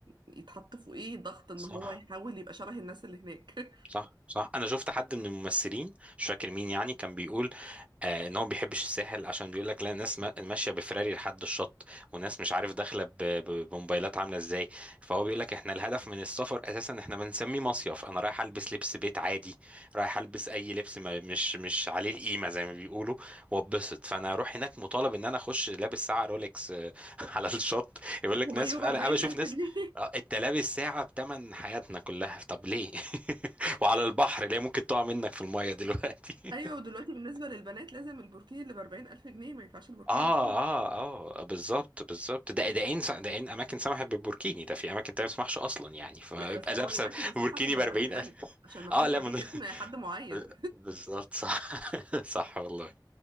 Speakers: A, on the right; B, on the right.
A: يتحط في ايه ضغط ان
B: صح
A: هو يحاول يبقى شبه الناس اللي هناك <laughs>
B: صح صح انا شفت حد من الممثلين مش فاكر مين يعني كان بيقول آه ان هو ما بيحبش الساحل عشان بيقول لك لا ناس ما- ماشيه بفراري لحد الشط وناس مش عارف داخله ب- ب- بموبايلات عامله ازاي فهو بيقول لك احنا الهدف من السفر اساسا احنا بنسميه مصيف انا رايح البس لبس بيت عادي رايح البس اي لبس ما مش مش عليه القيمه زي ما بيقولوا واتبسط فانا اروح هناك مطالب ان انا اخش لابس ساعه رولكس آه، <laughs> على الشط يقول لك
A: وميه
B: ناس فعلا
A: ب 40000
B: انا بشوف
A: الف
B: ناس
A: جنيه
B: آه، انت لابس ساعه بتمن حياتنا كلها طب ليه <laughs> وعلى البحر ليه ممكن تقع منك في الميه دلوقتي
A: <laughs> ايوه ودلوقتي بالنسبة للبنات لازم البوركيني اللي ب 40000 الف جنيه ما ينفعش البوركيني
B: اه
A: اللي ب 50.
B: اه اه بالظبط بالظبط ده ده ان ده ان اماكن سمحت بالبوركيني ده في اماكن تانية ما تسمحش اصلا يعني فيبقى
A: لا بس هو
B: لابسه
A: دلوقتي بيسمحوا
B: بوركيني
A: عشان ب
B: ب
A: 40000
B: 40000
A: الف عشان مكتوب
B: اه لا
A: عليه
B: من...
A: ختم حد معين
B: ب- بالظبط صح <laughs> صح والله